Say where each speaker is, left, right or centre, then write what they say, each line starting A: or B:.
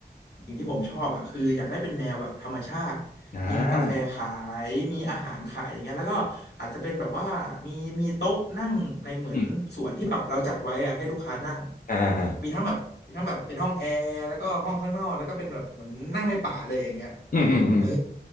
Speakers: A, on the left; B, on the left.
A: สิ่งที่ผมชอบอ่ะคืออยากได้เป็นแนวแบบธรรมชาติ
B: อ่า
A: มีกาแฟขายมีอาหารขายอย่างเงี้ยแล้วก็อาจจะเป็นแบบว่ามีมีโต๊ะนั่งในเหมือนสวนที่แบบเราจัดไว้อ่ะให้ลูกค้านั่ง
B: อืมอ่าอ่า
A: มีทั้งแบบมีทั้งแบบเป็นห้องแอร์แล้วก็ห้องข้างนอกแล้วก็เป็นแบบเหมือนนั่งในป่าเลยอย่างเงี้ย
B: อืมอืมอืม
A: เออ